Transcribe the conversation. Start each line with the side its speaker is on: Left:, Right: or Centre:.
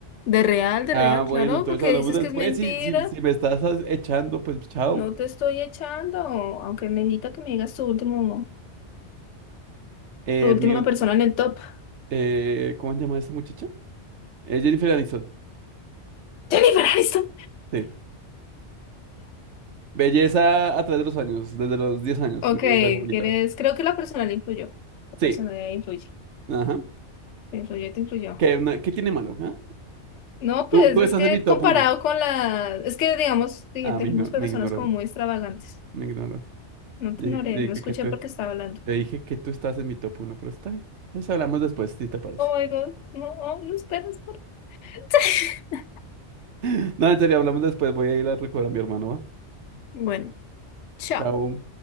Left: De real, de
Right: Ah,
Left: real, claro,
Right: bueno, entonces
Left: porque
Right: hablamos
Left: dices
Right: después.
Left: que es mentira.
Right: Si, si, si me estás as- echando, pues chao.
Left: No te estoy echando, aunque necesito que me digas tu último,
Right: Eh,
Left: tu última
Right: mi, ul-
Left: persona en el top. <laughs>
Right: eh, ¿cómo se llama esta muchacha? Eh, Jennifer Aniston.
Left: Jennifer Aniston.
Right: Sí. Belleza a través de los años, desde los 10 años,
Left: Ok,
Right: me parece bonita.
Left: ¿quieres? Creo que la personalidad influyó. La personalidad
Right: Sí,
Left: influye.
Right: ajá.
Left: Te influyó, te influyó.
Right: ¿Qué, na- qué tiene malo? ah?
Left: No,
Right: Tú,
Left: pues
Right: tú
Left: es
Right: estás
Left: que
Right: en mi top
Left: comparado
Right: uno.
Left: con la, es que digamos, dij-
Right: Ah,
Left: dijimos
Right: me ignoró,
Left: personas
Right: me ignoró,
Left: como muy extravagantes.
Right: me ignoró.
Left: No te
Right: Dije-
Left: ignoré,
Right: dije
Left: no
Right: que-
Left: escuché
Right: que tú-
Left: porque estaba hablando.
Right: le dije que tú estás en mi top uno, pero está bien. Entonces hablamos después, si te parece.
Left: Oh my God, no, oh, no esperas. por- <laughs>
Right: <laughs> No, en serio, hablamos después. Voy a ir a recordar a mi hermano, ¿va?
Left: Bueno, chao.
Right: Chao.